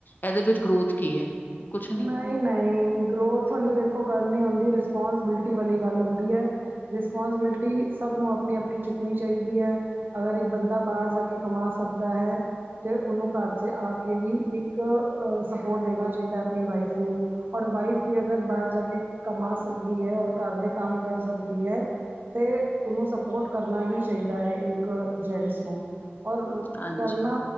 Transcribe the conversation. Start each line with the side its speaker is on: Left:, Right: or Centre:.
Left: ਇਹਦੇ ਵਿੱਚ ਗਰੋਥ ਕੀ ਹੈ ਕੁਛ ਨਹੀ।
Right: ਨਹੀਂ, ਨਹੀਂ। ਨਹੀਂ ਗਰੋਥ ਵਾਲੀ ਦੇਖੋ, ਗੱਲ ਨਹੀਂ ਹੁੰਦੀ ਰਿਸਪੋਂਸਿਬਿਲਟੀ ਵਾਲੀ ਗੱਲ ਹੁੰਦੀ ਹੈ। ਰਿਸਪੋਂਸੀਬਿਲਟੀ ਸਭ ਨੂੰ ਆਪਣੀ ਆਪਣੀ ਚੁੱਕਣੀ ਚਾਹੀਦੀ ਹੈ। ਅਗਰ ਇੱਕ ਬੰਦਾ ਬਾਹਰ ਜਾ ਕੇ ਕਮਾ ਸਕਦਾ ਹੈ। ਅਤੇ ਉਹਨੂੰ ਘਰ 'ਚ ਆ ਕੇ ਵੀ ਇੱਕ ਸਪੋਰਟ ਦੇਣਾ ਚਾਹੀਦਾ, ਆਪਣੀ ਵਾਈਫ ਨੂੰ। ਔਰ ਵਾਈਫ ਵੀ ਅਗਰ ਬਾਹਰ ਜਾ ਕੇ ਕਮਾ ਸਕਦੀ ਹੈ, ਔਰ ਘਰ ਦੇ ਕੰਮ ਕਰ ਸਕਦੀ ਹੈ। ਅਤੇ ਉਹਨੂੰ ਸਪੋਰਟ ਕਰਨਾ ਹੀ ਚਾਹੀਦਾ ਹੈ, ਇੱਕ ਜੈਂਟਸ ਨੂੰ। ਔਰ
Left: ਹਾਂਜੀ,
Right: ਕਰਨਾ।